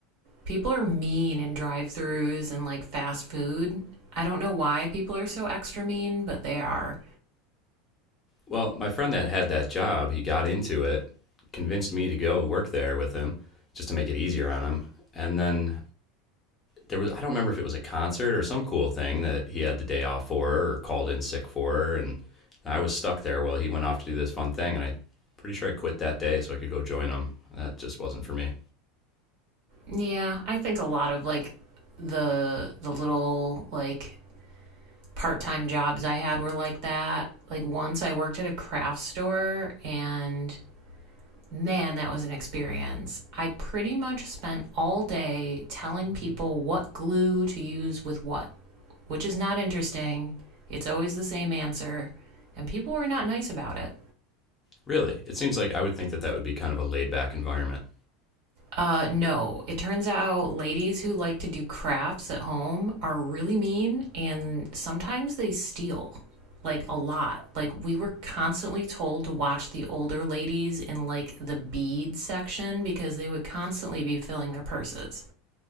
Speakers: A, on the right (about 65°); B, on the left (about 20°).
A: People are mean in drive-throughs and like fast food. I don't know why people are so extra mean, but they are.
B: Well, my friend that had that job, he got into it, convinced me to go work there with him just to make it easier on him. And then there was, I don't remember if it was a concert or some cool thing that he had the day off for or called in sick for. And I was stuck there while he went off to do this fun thing. And I am pretty sure I quit that day so I could go join him. That just wasn't for me.
A: Yeah, I think a lot of like the the little like part time jobs I had were like that. Like once I worked at a craft store and man, that was an experience. I pretty much spent all day telling people what glue to use with what, which is not interesting. It's always the same answer, and people were not nice about it.
B: Really, it seems like I would think that that would be kind of a laid back environment.
A: Uh, no. It turns out ladies who like to do crafts at home are really mean and sometimes they steal. Like a lot. Like we were constantly told to watch the older ladies in like the bead section because they would constantly be filling their purses.